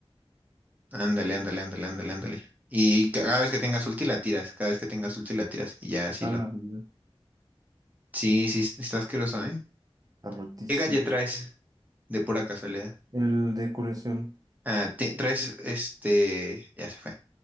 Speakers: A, on the right (about 15°); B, on the right (about 40°).
A: Ándale, ándale, ándale, ándale, ándale. Y cada vez que tengas ulti la tiras, cada vez que tengas ulti la tiras. Y ya así
B: A
A: lo.
B: la vida.
A: Sí, sí, sí está asqueroso, ¿eh?
B: Está rotísimo
A: ¿Qué calle traes?
B: este.
A: De pura casualidad.
B: El de curación.
A: Ah, ti- traes este. Ya se fue.